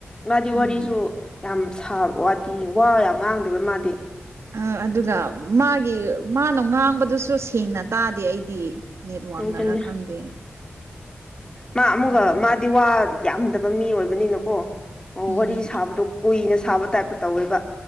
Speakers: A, on the left (about 20°); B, on the right (about 75°).
A: ꯃꯥꯗꯤ
B: ꯎꯝ
A: ꯋꯥꯔꯤꯁꯨ ꯌꯥꯝ ꯁꯕ ꯋꯥꯗꯤ ꯋꯥ ꯌꯥꯝ ꯉꯥꯡꯗꯦꯕ ꯃꯥꯗꯤ꯫
B: ꯑ ꯑꯗꯨꯒ ꯃꯥꯒꯤ ꯃꯥꯅ ꯉꯥꯡꯕꯗꯨꯁꯨ ꯁꯦꯡꯅ ꯇꯥꯗꯦ ꯑꯩꯗꯤ꯫ ꯅꯦꯠꯋꯥ꯭ꯔꯛꯅꯔꯥ
A: ꯑꯗꯨꯅꯤ
B: ꯈꯪꯗꯦ꯫
A: ꯃꯥ ꯑꯃꯨꯒ
B: ꯎꯝ
A: ꯃꯥꯗꯤ ꯋꯥ ꯌꯥꯝꯗꯕ ꯃꯤ ꯑꯣꯏꯕꯅꯤꯅꯀꯣ
B: ꯎꯝ
A: ꯋꯥꯔꯤ ꯁꯥꯕꯗꯣ ꯀꯨꯏꯅ ꯁꯥꯕ ꯇꯥꯏꯞꯇ ꯇꯧꯋꯦꯕ